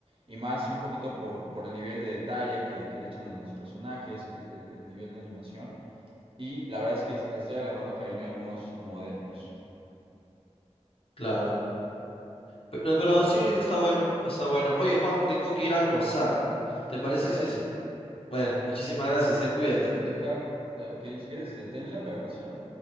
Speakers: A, on the right (about 50°); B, on the left (about 55°).
A: Y más un poquito por, por el nivel de detalle que, que le echan a los personajes, el, el- el nivel de animación. Y la verdad es que le estoy agarrando cariño a algunos modernos.
B: claro. Pero, pero
A: Ok, Antonio.
B: sí, está bueno, está bueno. Oye, Juan, tengo que ir a almorzar. ¿Te parece
A: Sí, dale.
B: si es... Bueno, muchísimas gracias, eh, cuídate.
A: Deja, ok, si quieres, deténla la grabación.